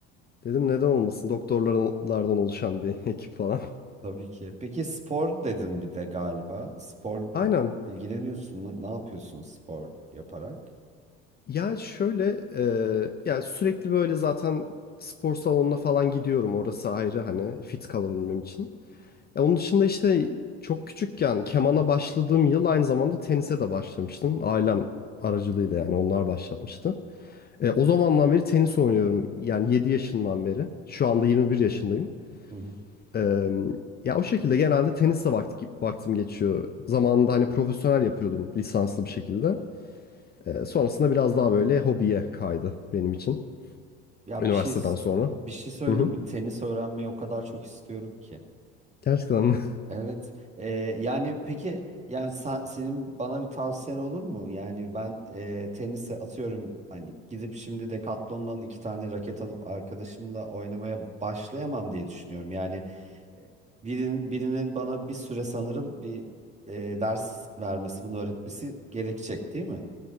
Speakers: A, on the left (about 30°); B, on the right (about 20°).
A: Dedim neden olmasın doktorlardan oluşan bir <laughs> ekip falan.
B: Tabii ki. Peki spor dedin bir de galiba. Spor
A: Aynen
B: ilgileniyorsun. mu? Ne yapıyorsun spor yaparak?
A: Ya şöyle e, ya sürekli böyle zaten spor salonuna falan gidiyorum. Orası ayrı hani fit kalabilmem için. Ya onun dışında işte çok küçükken kemana başladığım yıl aynı zamanda tenise de başlamıştım. Ailem aracılığıyla yani onlar başlatmıştı. E, o zamandan beri tenis oynuyorum. Yani 7 yaşından beri. Şu anda 21 yaşındayım.
B: Hı hı.
A: E, ya o şekilde genelde tenisle vakti, vaktim geçiyor. Zamanında hani profesyonel yapıyordum lisanslı bir şekilde. E, sonrasında biraz daha böyle hobiye kaydı benim için.
B: Ya
A: Üniversiteden
B: bir şey
A: sonra.
B: bir şey söyleyeyim
A: Hı hı.
B: mi? Tenis öğrenmeyi o kadar çok istiyorum ki.
A: Gerçekten mi?
B: Evet. Ee, yani peki yani sen, senin bana bir tavsiyen olur mu? Yani ben e, tenise atıyorum hani gidip şimdi Decathlon'dan iki tane raket alıp arkadaşımla oynamaya başlayamam diye düşünüyorum. Yani e, birinin, birinin bana bir süre sanırım bir e, ders vermesi, bunu öğretmesi gerekecek değil mi?